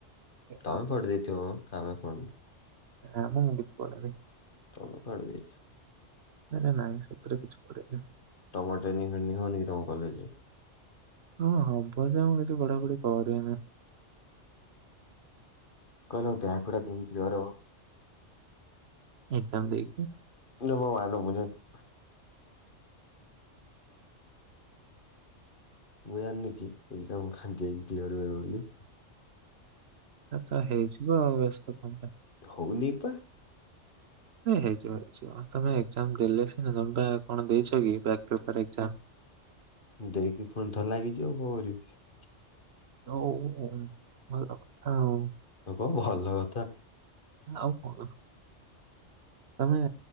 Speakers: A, on the right (about 60°); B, on the left (about 45°).
A: ଏ
B: ତମେ ପଢ଼ି ଦେଇଥିବମ। ଆମେ ପଢିନୁ।
A: ନାମ ମୁଁ କିଛି ପଢିନି।
B: ହଁ ମୁଁ ପାଢ଼ୀ ଦେଇଚି।
A: ଆରେ ନାହିଁ ସତରେ କିଛି ପଢିନି।
B: ତମର ଟ୍ରେନିଂ ଫ୍ରେିନିଙ୍ଗ ହୋଉନିକି ତୁମ କଲେଜରେ।
A: ହଁ ହବ ଯେ ମୁଁ କିଛି ପଢାପଢ଼ି କରିନି।
B: କହିଲ। <unintelligible>
A: ଏକ୍ଜାମ ଦେଇକି
B: <unintelligible> ମୁଁ ଜାନିନିକି ଏକଜାମ୍ ଦେଇକି କ୍ଲିୟର ହେବ ବୋଲି ।
A: ଏ ତ ହେଇଯିବ ଆଉ ର। <unintelligible>
B: ହଉନି ପା।
A: ହେଇଯିବ, <unintelligible> ତମେ ଏକ୍ସାମ ଦେଲେ ସିନା ତମେ ପା କଣ ଦେଇଚ କି ବ୍ୟକପେପର୍ ଏକଯାମ୍।
B: ଦେଇକି ପୁଣି ଥର ଲାଗିଚି ଆଉ କଣ କରିବି?
A: <unintelligible>
B: ଆକୁ ଭଲ ଲାଗକଥା।
A: ଆଉ କଣ? ତମେ